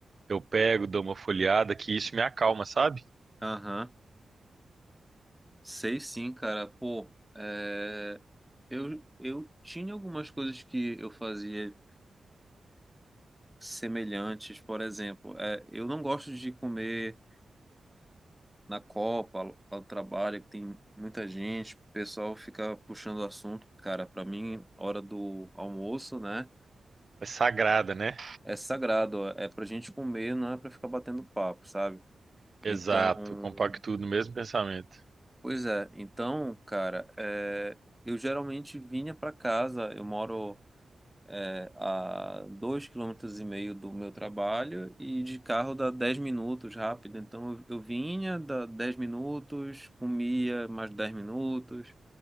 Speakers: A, on the right (about 45°); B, in the centre.
A: eu pego, dou uma folheada, que isso me acalma, sabe?
B: Aham. Sei sim, cara. Pô, é, eu eu tinha algumas coisas que eu fazia semelhantes, por exemplo, é, eu não gosto de comer na Copa, lá lá do trabalho, que tem muita gente, o pessoal fica puxando o assunto. Cara, pra mim, hora do almoço, né?
A: É sagrada, né?
B: É sagrado, ó, é pra gente comer, não é pra ficar batendo papo, sabe?
A: Exato,
B: Então,
A: compacto no mesmo pensamento.
B: pois é, então, cara, é, eu geralmente vinha pra casa, eu moro é, a dois quilômetros e meio do meu trabalho e de carro dá 10 minutos rápido, então eu, eu vinha, dá 10 minutos, comia mais 10 minutos,